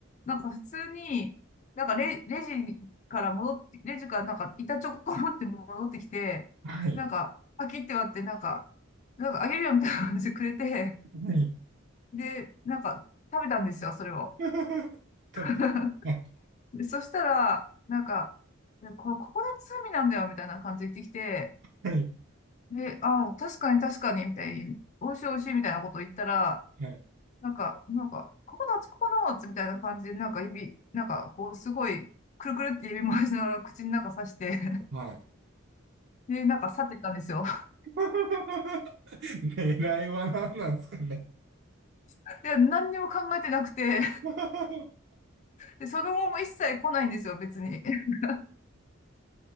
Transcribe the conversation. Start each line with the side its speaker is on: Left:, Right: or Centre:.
Left: なんか普通に、なんかレ、レジから戻って、レジからなんか板チョコ持って戻ってきて、
Right: はい、
Left: なんかパキって割って、なんか、なんかあげるよみたいな感じでくれて、
Right: はい。
Left: で、なんか食べたんですよ、それを。
Right: <laughs> 食べた。
Left: <laughs>
Right: はい、
Left: で、そしたら、なんか、でこれ、ここで罪なんだよみたいな感じで言ってきて、
Right: はい、
Left: で、ああ、確かに確かにみたいに、美味しい美味しいみたいなことを言ったら、
Right: はい。
Left: なんか、なんか、ココナッツ、ココナッツみたいな感じで、なんか指、なんか、こう、すごい、くるくるって指回しながら口の中刺して、<laughs>
Right: はい
Left: で、なんか去ってったんですよ。
Right: <laughs> 狙いは何なんですかね。
Left: <laughs> いや、何にも考えてなくて、
Right: <laughs>
Left: で、その後も一切来ないんですよ、別に。<laughs>